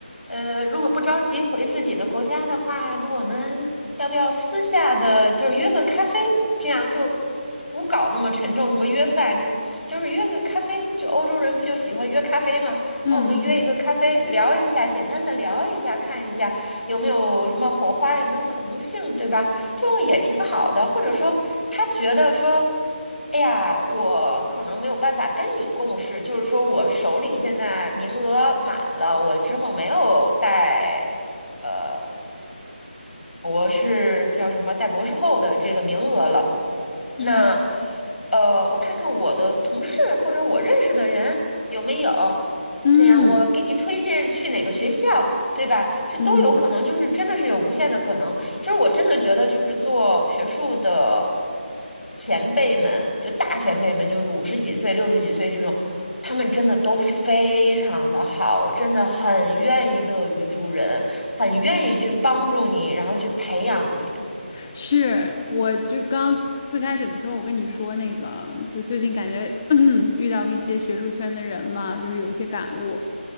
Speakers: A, on the left (about 85°); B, on the left (about 25°).
A: 呃，如果不着急回自己的国家的话，那我们要不要私下的就是约个咖啡，这样就不搞那么沉重，什么约饭，就是就是约个咖啡，就欧洲人不就喜欢约咖啡吗？
B: 嗯
A: 那我们约一个咖啡，聊一下，简单的聊一下，看一下有没有什么火花，有没有可能性，对吧？就也挺好的，或者说他觉得说，哎呀，我可能没有办法跟你共事，就是说我手里现在名额满了，我之后没有带呃，博士叫什么带博士后的这个名额了，那
B: 嗯
A: 呃，我看看我的同事或者我认识的人有没有，
B: 嗯
A: 这样我给你推荐去哪个学校，对吧？这都有可能，
B: 嗯嗯。
A: 就是真的是有无限的可能。其实我真的觉得，就是做学术的前辈们，就大前辈们，就是五十几岁、六十几岁这种，他们真的都非常的好，真的很愿意乐于助人，很愿意去帮助你，然后去培养你。
B: 是，我就刚最开始的时候，我跟你说那个，就最近感觉 <clears throat> 遇到一些学术圈的人嘛，就是有一些感悟。